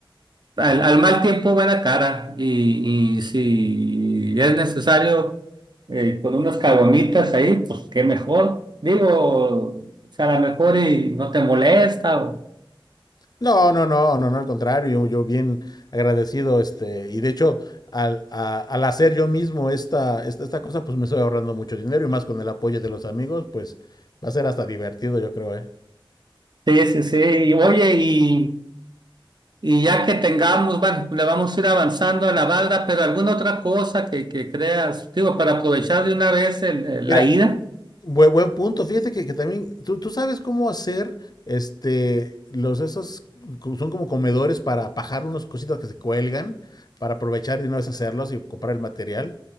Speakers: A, on the right; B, on the left.
A: al, al mal tiempo buena cara. Y, y si es necesario eh, con unas caguamitas ahí, pues qué mejor. Digo, o sea, a lo mejor y no te molesta
B: No, no, no, no, no, al contrario, yo, yo bien agradecido, este, y de hecho, al, a- al hacer yo mismo esta, esta, esta cosa, pues me estoy ahorrando mucho dinero y más con el apoyo de los amigos, pues va a ser hasta divertido, yo creo, ¿eh?
A: Sí, sí, sí. Y, Oye, y, y ya que tengamos, bueno, le vamos a ir avanzando a la barra, pero alguna otra cosa que, que creas, digo, para aprovechar de una vez el- el-
B: Mira,
A: la ida.
B: Buen, buen punto, fíjate que, que también, tú, tú sabes cómo hacer, este, los esos, co- son como comedores para pajar unas cositas que se cuelgan, para aprovechar y no deshacerlos y comprar el material.